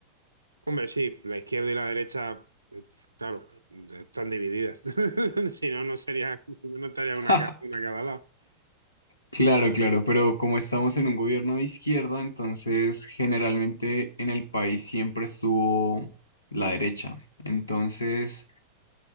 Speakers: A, on the right (about 85°); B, on the left (about 80°).
A: Hombre, sí, la izquierda y la derecha, eh, claro, están divididas. <laughs> Si no, no sería, <laughs> si no, no estaría una,
B: <laughs>
A: ca- una a cada lado.
B: Claro, claro, pero como estamos en un gobierno de izquierda, entonces generalmente en el país siempre estuvo la derecha. Entonces,